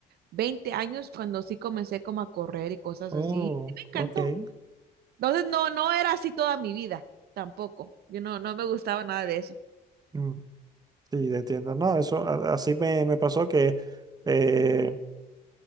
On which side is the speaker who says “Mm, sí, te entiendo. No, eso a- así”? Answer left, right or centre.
Right